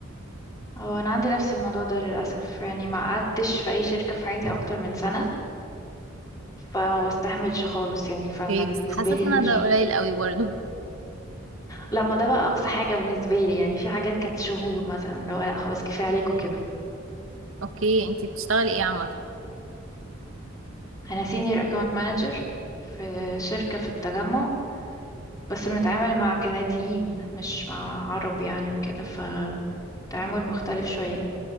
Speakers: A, on the left (about 20°); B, on the right (about 80°).
A: اه انا عندي نفس الموضوع ده للاسف يعني ما قعدتش في اي شركه في حياتي اكتر من سنه فما بستحملش خالص يعني فانا
B: اوكي
A: بالنسبه
B: بس حاسة
A: لي
B: أنا
A: الش...
B: ده قليل قوي برضه
A: لا ما ده بقى اقصى حاجه بالنسبه لي يعني في حاجات كانت شهور مثلا لو لا خلاص كفايه عليكم كده
B: <laughs> اوكي انتي بتشتغلي ايه عامة؟
A: انا سينيور اكاونت مانجر في شركه في التجمع بس بنتعامل مع كنديين مش مع عرب يعني وكده فتعامل مختلف شويه